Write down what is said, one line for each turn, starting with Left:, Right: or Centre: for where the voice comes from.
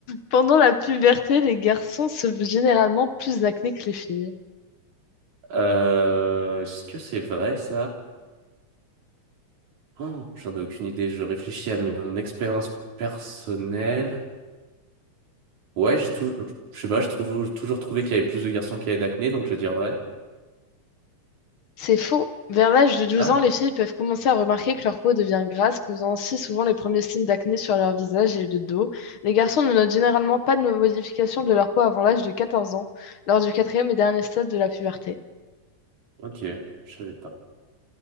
Left: Pendant la puberté, les garçons se généralement plus acné que les filles.
Right: euh, est-ce que c'est vrai ça? Oh, j'en ai aucune idée. Je réfléchis à mon expérience personnelle. Ouais, j'ai toujours, je sais pas, j'ai trouvé- j'ai toujours trouvé qu'il y avait plus de garçons qui avaient d'acné, donc je vais dire vrai.
Left: C'est faux. Vers l'âge de 12
Right: Ah,
Left: ans, les filles peuvent commencer à remarquer que leur peau devient grasse, causant aussi souvent les premiers signes d'acné sur leur visage et le dos. Les garçons ne notent généralement pas de modification de leur peau avant l'âge de 14 ans, lors du quatrième et dernier stade de la puberté.
Right: ok, je savais pas.